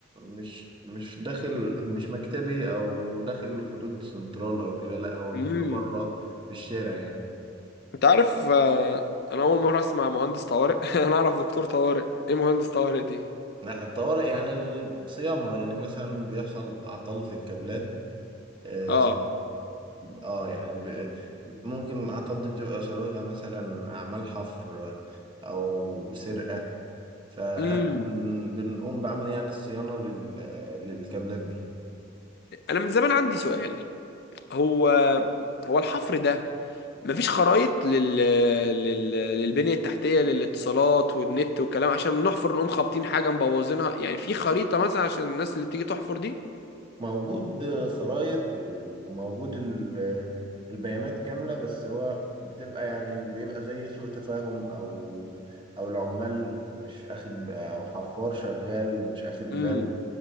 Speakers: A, on the right; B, on the left.
A: مش مش داخل مش مكتبي او داخل حدود سنترال او كده لا هو بيبقى
B: امم
A: بره في الشارع يعني
B: انت عارف آه، انا اول مرة اسمع مهندس طوارئ <laughs> انا اعرف دكتور طوارئ ايه مهندس طوارئ دي؟
A: لا الطوارئ يعني صيانة يعني مثلا بيحصل اعطال في الكابلات آه،
B: اه
A: اه يعني ب... ممكن العطل دي بتبقى سببها مثلا أعمال حفر أو سرقة فإحنا
B: امم
A: بن... بنقوم بعمل يعني الصيانة لل... للكابلات دي
B: انا من زمان عندي سؤال هو هو الحفر ده مفيش خرايط لل... لل... للبنية التحتية للاتصالات والنت والكلام عشان نحفر نقوم خابطين حاجة مبوظينها يعني في خريطة مثلا عشان الناس اللي تيجي تحفر دي
A: موجود خرايط و- وموجود ال... البيانات كاملة بس هو بتبقى يعني بيبقى زي سوء تفاهم أو أو العمال مش أخد أو حفار شغال مش أخد
B: امم
A: باله